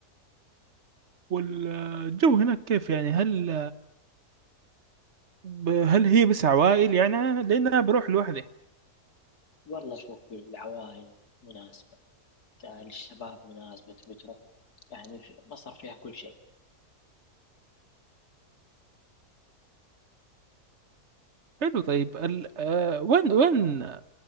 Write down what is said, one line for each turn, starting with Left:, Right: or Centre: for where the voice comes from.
Right: والجو هناك كيف يعني هل ب- هل هي بس عوائل يعني أنا- لان انا بروح لوحدي
Left: والله شوف العوائل مناسبة الشباب مناسبة بتروح يعني في مصر فيها كل شيء
Right: حلو طيب ال... آه، وين وين